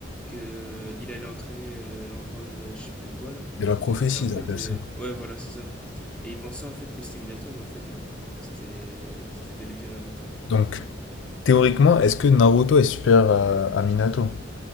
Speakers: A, in the centre; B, on the left (about 75°).
A: que qu'il allait entraîner euh, l'enfant de je sais plus quoi, là.
B: De la prophétie,
A: Et en
B: ils
A: fait,
B: appellent
A: euh,
B: ça.
A: ouais, voilà, c'est ça. Et il pensait en fait que c'était Minato, mais en fait, non. C'était c'était bel et bien Naruto.
B: Donc, théoriquement, est-ce que Naruto est supérieur à, à Minato?